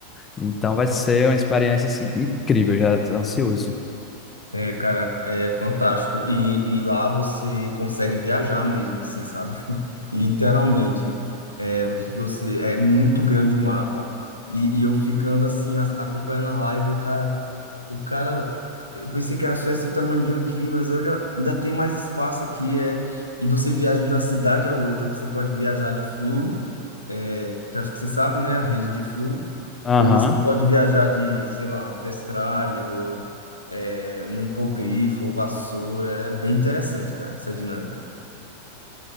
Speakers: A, on the left; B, on the left.
A: Então, vai ser uma experiência assim incrível, já tô ansioso.
B: É, cara, é fantástico. E, e lá você consegue viajar mesmo, assim, sabe? <laughs> Literalmente. É, você, é muito grande o mapa. E, e eu ficando assim, as- acompanhando a live, o cara, o cara, eu pensei que era só esse tamaninho aqui, mas olha, ainda tem mais espaço aqui. É, e você viaja de uma cidade a outra, você pode viajar de Flu, é, que acho que você sabe, né? A rede de Flu.
A: Aham.
B: Ou você pode viajar de, sei lá, um testralho, é, um hipogrifo, vassoura. É bem interessante, cara, essa dinâmica.